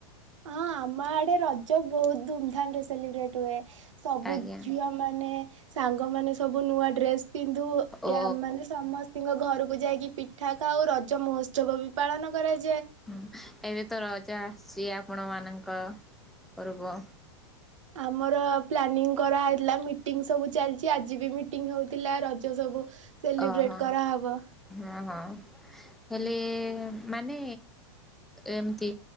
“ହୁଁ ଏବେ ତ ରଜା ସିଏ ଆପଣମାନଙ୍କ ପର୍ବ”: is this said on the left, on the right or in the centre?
Centre